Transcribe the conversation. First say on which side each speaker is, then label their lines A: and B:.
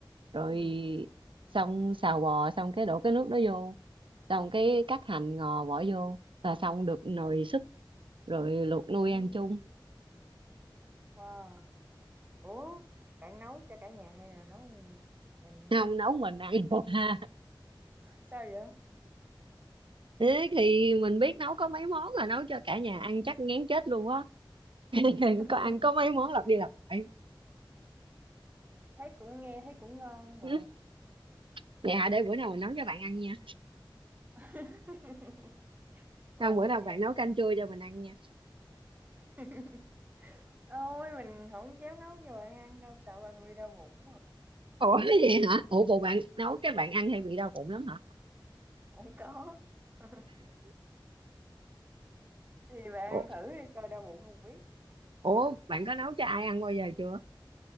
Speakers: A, on the right; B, on the right.
A: rồi
B: ừ
A: xong xào bò xong cái đổ cái nước đó vô xong cái cắt hành ngò bỏ vô là xong được nồi súp rồi luộc nuôi
B: ừ
A: ăn chung
B: wow ủa bạn nấu cho cả nhà hay là nấu một mình ăn
A: không nấu mình ăn được <laughs> ha
B: sao vậy
A: thế thì mình biết nấu có mấy món là nấu cho cả nhà ăn chắc ngán chết luôn á <laughs>
B: <laughs>
A: có ăn có mấy món lặp đi lặp lại
B: thấy cũng nghe thấy cũng ngon
A: <laughs>
B: mà
A: Ừ. dạ để bữa nào mình nấu cho bạn ăn nha
B: <laughs> ok
A: Sao bữa nào bạn nấu canh chua cho mình ăn nha.
B: <laughs> ôi mình không dám nấu cho bạn ăn đâu sợ bạn bị đau bụng mà
A: Ủa cái gì hả? Ủa bộ bạn nấu cái bạn ăn hay bị đau bụng lắm hả?
B: không có <laughs> thì bạn
A: Ủa,
B: ăn thử đi coi đau bụng không biết
A: Ủa bạn có nấu cho ai ăn bao giờ chưa?